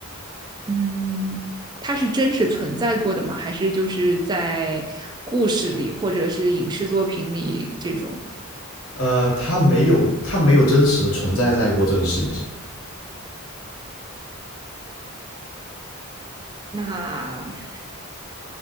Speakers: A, on the right; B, on the left.
A: 嗯，他是真实存在过的吗？还是就是在故事里或者是影视作品里这种？
B: 呃，他没有，他没有真实的存在在过这个世界上。
A: 那